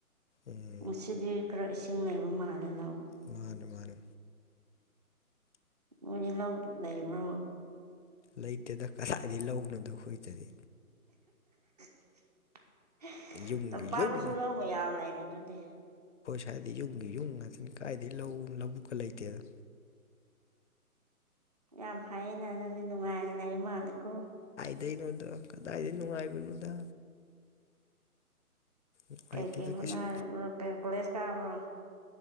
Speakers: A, on the left (about 55°); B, on the right (about 25°).
A: ꯎꯝ
B: ꯉꯁꯤꯗꯤ ꯈꯔ ꯏꯁꯤꯡ ꯂꯩꯕ ꯃꯥꯜꯂꯦ ꯂꯧ
A: ꯃꯥꯅꯦ ꯃꯥꯅꯦ
B: ꯃꯣꯏ ꯂ ꯂꯩꯕ꯭ꯔꯣ
A: ꯂꯩꯇꯦꯗ ꯀꯗꯥꯏꯗꯒꯤ ꯂꯧꯅꯣꯗꯣ ꯑꯩꯈꯣꯏꯗꯗꯤ
B: <inaudible>
A: ꯌꯨꯝꯒꯤ
B: ꯇꯝꯄꯥꯛꯗꯁꯨ
A: ꯌꯨꯝ
B: ꯂꯧꯕ ꯌꯥ ꯂꯩꯔꯦ ꯑꯗꯨꯗꯤ
A: ꯍꯥꯏꯕꯗꯤ ꯌꯨꯝꯒꯤ ꯌꯨꯝ ꯉꯁꯤꯅꯤ ꯀꯥꯏꯗꯒꯤꯩ ꯂꯧꯕꯨꯛꯀ ꯂꯩꯇꯦꯗ
B: ꯌꯥꯝ ꯐꯩꯌꯦꯩꯅ ꯑꯗꯨꯗꯤ ꯅꯨꯡꯉꯥꯏꯅ ꯂꯩ ꯃꯥꯜꯂꯦꯀꯣ
A: ꯀꯗꯩꯅꯣꯗ ꯀꯗꯥꯏꯗ ꯅꯨꯡꯉꯥꯏꯕꯅꯣꯗ ꯅꯨꯡꯉꯥꯏꯇꯦꯗ
B: ꯀꯩ ꯀꯩ ꯍꯣꯠꯅꯔꯕ꯭ꯔ
A: ꯀꯩꯁꯨ
B: ꯀꯣꯂꯦꯖ ꯀꯥꯕ꯭ꯔꯣ